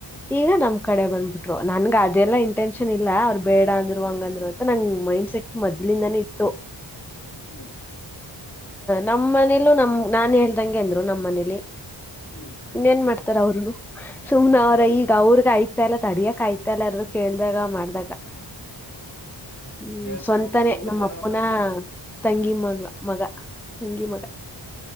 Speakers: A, in the centre; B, on the left.
A: ಈಗ ನಮ್ ಕಡೆ ಬಂದ್ಬಿಟ್ರು ನನ್ಗ ಅದೆಲ್ಲಾ ಇಂಟೆನ್ಷನ್ ಇಲ್ಲ ಅವ್ರು ಬೇಡ ಅಂದ್ರು ಹಂಗಂದ್ರು ನಂಗ ಮೈಂಡ್ಸೆಟ್ ಮೊದ್ಲಿಂದಾನೇ ಇತ್ತು
B: ಹ್ಮ್
A: ನಮ್ಮ್ ಮನೇಲೂ ನಮ ನಾನ್ ಹೇಳ್ದಂಗೆ ಅಂದ್ರು ನಮ್ಮ್ ಮನೇಲಿ
B: ಹ್ಮ್
A: ಇನ್ನೇನ್ ಮಾಡ್ತಾರ ಅವರುನು ಸುಮ್ನ ಅವ್ರ ಈಗ ಅವ್ರಗ ಆಯ್ತಾ ಎಲ್ಲ ತಡಿಯಕ್ ಆಯ್ತ ಎಲ್ಲಾರರು ಕೇಳ್ದಾಗ ಮಾಡ್ದಾಗ
B: <inaudible>
A: ಹ್ಮ್
B: ಕೇಳ್ತಾರೆ
A: ಸ್ವಂತನೇ
B: ಹುಡುಕ್ಲಿ ಬಿಡು
A: ನಮ್ಮ
B: ಬೇರೆಯವ್ರ
A: ಅಪ್ಪುನ ತಂಗಿ ಮಗ ಮಗ ತಂಗಿ ಮಗ